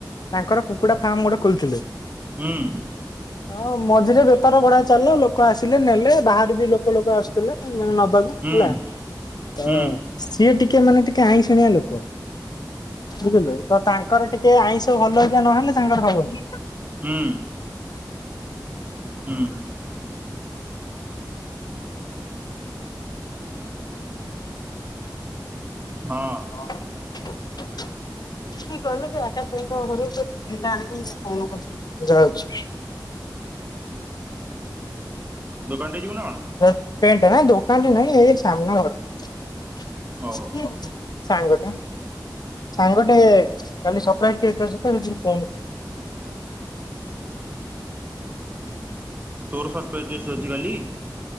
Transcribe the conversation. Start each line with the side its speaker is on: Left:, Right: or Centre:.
Left: ତାଙ୍କର କୁକୁଡା ଫାର୍ମ ଗୋଟେ ଖୋଲିଥିଲେ।
Right: ହୁଁ।
Left: ହଁ ମଝିରେ ବେପାର ବଢ଼ିଆ ଚାଲା, ଲୋକ ଆସିଲେ ନେଲେ ବାହାରେ ବି ଲୋକ ଲୋକ ଆସୁଥିଲେ ମାନେ ନବାକୁ।
Right: ହୁଁ
Left: ହେଲା ତ
Right: ହୁଁ।
Left: ସିଏ ଟିକେ ମାନେ ଟିକେ ଆଇଁଶୁଣିଆଁ ଲୋକ। ବୁଝିଲୁ ତ ତାଙ୍କର ଟିକେ ଆଇଁଷ ଭଲ କି ନହେଲେ ତାଙ୍କର ହବନି।
Right: ହୁଁ ହୁଁ। ହଁ।
Left: ହଁ। <inaudible>
Right: ଦୋକାନ ଟେ ଯିବୁ ନା କଣ
Left: ପେଣ୍ଟ ନା ଦୁକାନଟେ ନହିଁ ଏ ସାମ୍ନା ଘର
Right: ଓହୋ
Left: <unintelligible> <inaudible>
Right: ତୋର ଷଠ <unintelligible> ଅଛି କାଲି?